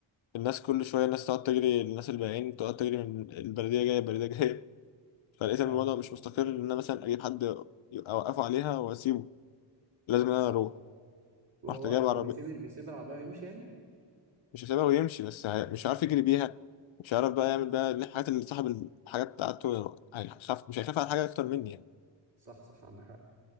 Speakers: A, on the left; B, on the right.
A: الناس كل شويه الناس تقعد تجري الناس البائعين تقعد تجري من البلديه جايه البلديه جايه <laughs> فلقيت
B: اه
A: ان الوضع مش مستقر ان انا مثلا اجيب حد اوقفه عليها واسيبه لازم انا
B: صح
A: اروح
B: وهو
A: رحت جايب
B: هو
A: عربيه
B: بيسيب بيسيب العربية ويمشي يعني
A: مش هسيبها ويمشي بس هي- مش عارف يجري بيها مش عارف بقى
B: اه
A: يعمل بقى الحاجات اللي صاحب الحاجه بتاعته هيخاف مش هيخاف على حاجه اكتر مني يعني
B: صح صح عندك حق